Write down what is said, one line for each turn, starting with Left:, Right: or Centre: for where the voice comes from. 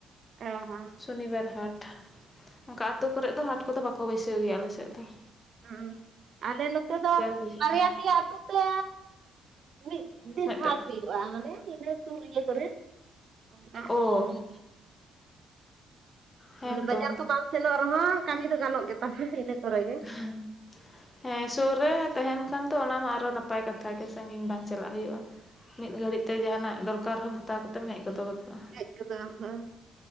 Right: ᱚ ᱦᱚᱸ
Left: ᱥᱚᱱᱤ ᱵᱟᱨ ᱦᱟᱴ ᱚᱱᱠᱟ ᱟᱛᱳ ᱠᱚᱨᱮᱫ ᱫᱚ ᱦᱟᱴ ᱠᱚᱫᱚ ᱵᱟᱠᱚ ᱵᱟᱹᱭᱥᱟᱹᱣ ᱜᱮᱭᱟ ᱟᱞᱮ ᱥᱮᱫ ᱫᱚ ᱾
Right: ᱦᱚᱸ ᱟᱞᱮ ᱱᱚᱛᱮ ᱫᱚ
Left: ᱜᱮ ᱦᱩᱭᱩᱜ
Right: ᱵᱟᱨᱭᱟ
Left: ᱜᱮᱭᱟ
Right: ᱯᱮᱭᱟ ᱟᱹᱛᱩ ᱛᱮ ᱢᱤᱫ ᱫᱤᱱ
Left: ᱢᱤᱫᱴᱟᱝ
Right: ᱦᱟᱴ ᱦᱩᱭᱩᱜᱼᱟ ᱢᱟᱱᱮ ᱤᱱᱟᱹ ᱥᱩᱨ ᱤᱭᱟᱹ ᱠᱚᱨᱮ ᱚᱱᱟ
Left: ᱚ ᱦᱮᱸᱛᱚ
Right: ᱢᱟᱱᱮ ᱵᱟᱡᱟᱨ ᱠᱚ ᱵᱟᱝ ᱥᱮᱱᱚᱜ ᱨᱮᱦᱚᱸ ᱠᱟᱹᱢᱤ ᱫᱚ ᱜᱟᱱᱚᱜ ᱜᱮ ᱛᱟᱦᱮ ᱤᱱᱟᱹ ᱠᱚᱨᱮ ᱜᱮ ᱾
Left: ᱦᱳᱭ ᱦᱮᱸ ᱥᱳᱨ ᱨᱮ ᱛᱟᱦᱮᱱ ᱠᱷᱟᱱ ᱛᱚ ᱚᱱᱟ ᱢᱟ ᱟᱨᱚ ᱱᱟᱯᱟᱭ ᱠᱟᱛᱷᱟ ᱜᱮ ᱥᱟᱹᱜᱤᱧ ᱵᱟᱝ ᱪᱟᱞᱟᱜ ᱦᱩᱭᱩᱜᱼᱟ ᱾ ᱢᱤᱫ ᱜᱷᱟᱹᱲᱤᱡ ᱛᱮ ᱡᱟᱦᱟᱱᱟᱜ ᱫᱚᱨᱠᱟᱨ ᱦᱚᱸ ᱦᱟᱛᱟᱣ ᱠᱟᱛᱮᱢ ᱦᱮᱡ ᱜᱚᱫᱚ ᱜᱚᱫᱚᱜᱼᱟ ᱾
Right: ᱦᱮᱡ ᱜᱚᱫᱚᱜᱼᱟ ᱦᱳᱭ᱾